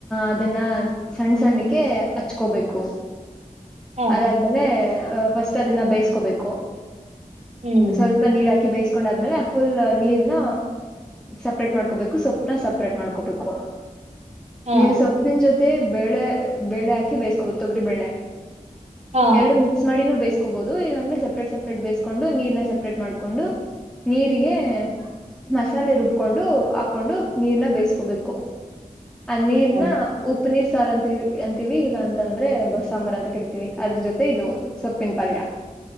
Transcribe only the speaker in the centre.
ಅದನ್ನ ಸಣ್ಣ್ ಸಣ್ಣಕ್ಕೆ ಹಚ್ಕೋಬೇಕು
ಅದಾದ್ಮೇಲೆ ಫಸ್ಟ್ ಅದನ್ನ ಬೇಸ್ಕೋಬೇಕು
ಸ್ವಲ್ಪ ನೀರ್ ಹಾಕಿ ಬೇಯಸ್ತ ಕೊಂಡಾದ್ಮೇಲೆ ಫುಲ್ ನೀರ್ನ ಸಪ್ರೇಟ್ ಮಾಡ್ಕೋಬೇಕು ಸೊಪ್ಪನ ಸಪ್ರೇಟ್ ಮಾಡ್ಕೋಬೇಕು
ನೀವು ಸೊಪ್ಪಿನ ಜೊತೆ ಮತ್ತೆ ಬೇಳೆ ಬೇಳೆ ಹಾಕಿ ಬೈಸ್ಕೊಬ ತಗರಿ ಬೇಳೆ
ಎರಡು ಮಿಕ್ಸ್ ಮಾಡಿನೂ ಬಿಯ್ಸ್ಕೊ ಹಾಕೋಬಹುದು ಇಲ್ಲಾಂದ್ರೆ ಸಪ್ರೇಟ್ ಸಪ್ರೇಟ್ ಬೇಯಸ್ಕೊಂಡು ನೀರ್ನ ಸಪ್ರೇಟ್ ಮಾಡ್ಕೊಂಡು ನೀರಿಗೆ ಮಸಾಲೆ ರುಬ್ಕೊಂಡು ಹಾಕೊಂಡು ನೀರ್ನ ಬೇಯಸ್ಕೋಬೇಕು ಅ ನೀರ್
ನ ಉಪನಿ ಸಾರ್ ಅಂತ ಅಂತೀವಿ ಈಗ ಅಂತ ಅಂದ್ರೆ ಬಸ್ ಸಾಂಬಾರ್ ಅಂತ ಕರಿತೀವಿ ಅದ್ರ ಜೊತೆ ಇದು ಸೊಪ್ಪಿನ ಪಲ್ಯ